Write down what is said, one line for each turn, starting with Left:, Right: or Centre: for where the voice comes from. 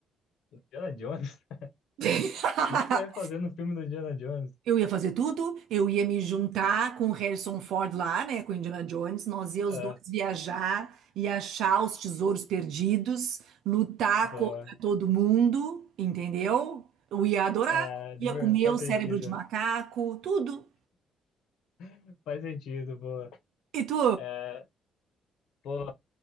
Left: <laughs> Indiana Jones? <laughs>
Right: <laughs>
Left: O que que você vai fazer no filme do Indiana Jones?
Right: Eu ia fazer tudo, eu ia me juntar com o Harrison Ford lá, né, com o Indiana Jones, nós ia os
Left: Ah,
Right: dois viajar e achar os tesouros perdidos, lutar
Left: boa.
Right: contra todo mundo, entendeu? Eu ia adorar,
Left: É, de
Right: ia
Left: ver-
Right: comer
Left: faz
Right: o cérebro
Left: sentido.
Right: de macaco, tudo.
Left: <laughs> Faz sentido, boa.
Right: E tu?
Left: É, pô,